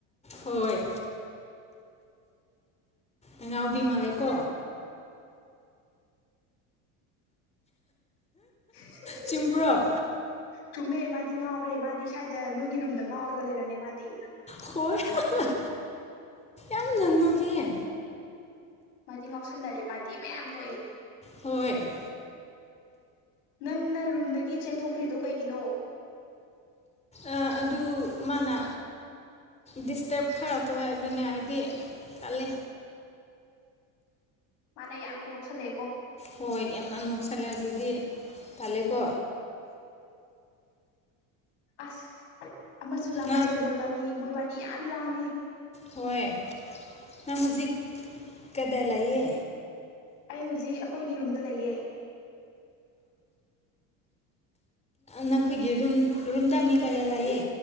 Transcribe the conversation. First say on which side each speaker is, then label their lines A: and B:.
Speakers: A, on the left (about 15°); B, on the left (about 85°).
A: ꯍꯣꯏ ꯑꯉꯥꯎꯕꯤ ꯃꯥꯜꯂꯦ ꯀꯣ
B: ꯍꯤ <unintelligible>
A: ꯆꯨꯝꯕ꯭ꯔꯣ
B: ꯆꯨꯝꯃꯦ ꯃꯥꯗꯤ ꯉꯥꯎꯔꯦ ꯃꯥꯗꯤ ꯁ꯭ꯋꯥꯏꯗ ꯅꯣꯏꯒꯤ ꯔꯨꯝꯗ ꯉꯥꯎꯔꯒ ꯂꯩꯔꯝꯃꯦ ꯃꯥꯗꯤ
A: ꯍꯣꯏ ꯍꯥ
B: ꯑꯜꯕꯤꯀꯥ
A: <unintelligible> ꯌꯥꯝꯅ ꯅꯣꯛ ꯑꯦ
B: ꯃꯥꯗꯤ ꯉꯥꯎꯁꯟꯅꯔꯦ ꯃꯥꯗꯤ ꯃꯌꯥꯝ ꯅꯣꯛꯑꯦ
A: ꯍꯣꯏ
B: ꯅꯪꯅ ꯔꯨꯝꯗꯒꯤ ꯆꯦꯟꯊꯣꯛꯈ꯭ꯔꯤꯗꯣ ꯀꯩꯒꯤꯅꯣ
A: ꯑꯥ ꯑꯗꯨ ꯃꯥꯅ ꯗꯤꯁꯇ꯭ꯔꯕ ꯈꯔ ꯇꯧꯑꯦ ꯑꯗꯨꯅꯦ <unintelligible> ꯑꯩꯗꯤ ꯇꯜꯂꯦ
B: ꯃꯥꯅ ꯌꯥꯝꯅ ꯅꯣꯛꯁꯜꯂꯦꯀꯣ
A: ꯍꯣꯏ ꯌꯥꯝꯅ ꯅꯣꯛꯁꯜꯂꯦ ꯑꯗꯨꯗꯤ ꯇꯜꯂꯦꯀꯣ
B: ꯑ꯭ꯁ ꯑꯃꯁꯨ ꯂꯥꯛꯈ꯭ꯔꯦ
A: ꯅꯪ
B: ꯃꯣꯏꯕꯥꯅꯤ ꯃꯣꯏꯕꯥꯅꯤ ꯌꯥꯝ ꯂꯥꯡꯉꯦ
A: ꯍꯣꯏ ꯅꯪ ꯍꯧꯖꯤꯛ ꯀꯗꯥꯏ ꯂꯩꯌꯦ
B: ꯑꯩ ꯍꯧꯖꯤꯛ ꯑꯩꯈꯣꯏꯒꯤ ꯔꯨꯝꯗ ꯂꯩꯌꯦ
A: ꯅꯈꯣꯏꯒꯤ ꯔꯨꯝ ꯔꯨꯝꯗ ꯃꯤ ꯀꯌꯥ ꯂꯩꯌꯦ